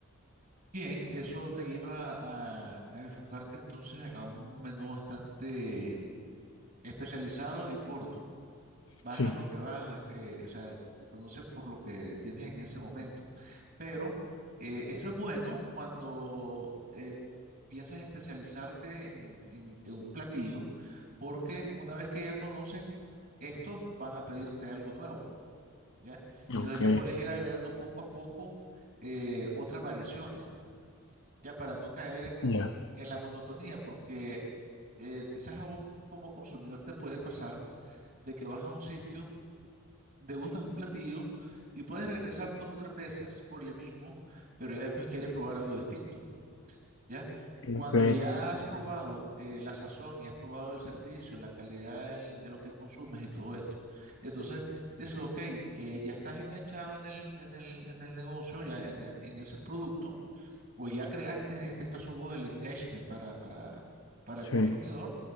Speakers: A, on the right; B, on the left.
A: Bien, eso te lleva a, a enfocarte entonces a un menú bastante especializado y corto. Vas
B: Sí,
A: a lo que vas, eh, o sea, te conocen por lo que tienes en ese momento. Pero eh, eso es bueno cuando eh, piensas especializarte en, en- en un platillo, porque una vez que ya conocen estos, van a pedirte algo nuevo, ¿ya? Y
B: ok,
A: Entonces ya puedes ir agregando poco a poco eh, otras variaciones, ya para no caer en,
B: ya,
A: en- en la monotonía, porque eh, quizás a vos como consumidor te puede pasar de que vas a un sitio, degustas un platillo y puedes regresar dos o tres veces por el mismo, pero ya después quieres probar algo distinto. ¿ya? Cuando
B: ok,
A: ya has probado eh, la sazón y has probado el servicio, la calidad del- de lo que consumes y todo esto, entonces dices, ok, eh, ya estás enganchado en el, en el, en el negocio, ya en, en- en ese producto, o ya creaste en este caso vos el engagement para, para, para el
B: sí,
A: consumidor,